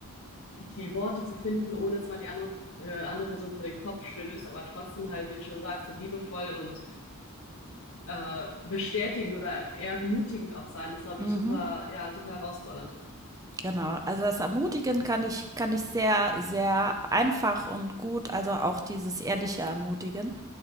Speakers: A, on the left; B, on the right.
A: die Worte zu finden, ohne dass man die anderen, äh, andere Person vor den Kopf stößt, aber trotzdem halt, wie du schon sagst, so liebevoll und äh, bestätigend oder ermutigend auch sein, ist, glaube
B: Mhm.
A: ich, super, ja, super herausfordernd.
B: Genau, also das Ermutigen kann ich kann ich sehr, sehr einfach und gut, also auch dieses ehrliche Ermutigen.